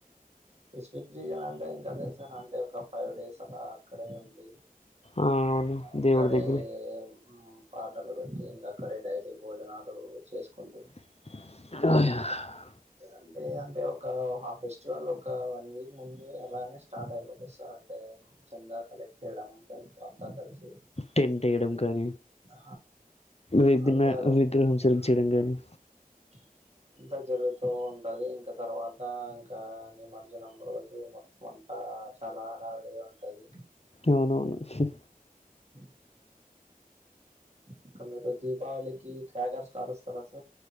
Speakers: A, on the right (about 45°); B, on the left (about 45°).
A: ఈ స్విగ్రీజన్ అంటే ఇంకదే సార్ అంటే ఒక ఫైవ్ డేస్ అలా అక్కడే ఉండి
B: ఆ అవును
A: అక్కడే
B: దేవుడి దగ్గర
A: మ్ పాట పెట్టి ఇంక అక్కడే డైరీ భోజనాలు చేసుకుంటూ
B: <inaudible>
A: అంటే అంటే ఒక ఫెస్టివల్ ఒక వన్ వీక్ ముందే అలానే స్టార్ట్ అయిపోతది సార్ అంటే చెందా కలెక్ట్ చేయడం ఫ్రెండ్స్ తో అంతా కలిసి
B: టెం ఎయిడం కానీ
A: ఆ
B: విఘ్న
A: అంతా
B: విగ్రహం సెలెక్ట్ చేయడం కానీ
A: <inaudible> ఇంత జరుగుతూ ఉంటది ఇంకా తర్వాత ఇంకా నిమజ్జనం రోజు మొత్తం అంతా ఆ చాలా హాడావిడిగా ఉంటది
B: అవునవును
A: <inaudible> ఇక మీరు దీపావళికి క్రాగర్స్ కాలుస్తారా సార్